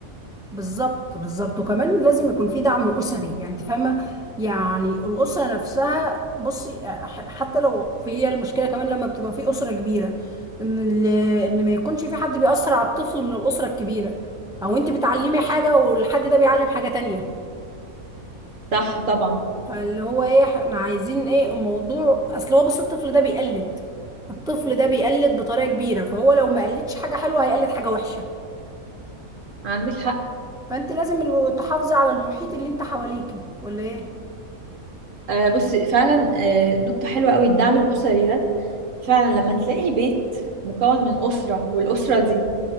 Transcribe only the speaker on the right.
صح طبعا
عندك حق
آه بصي فعلا آه نقطة حلوة قوي الدعم الأسري ده فعلا لما تلاقي بيت مكون من أسرة والأسرة دي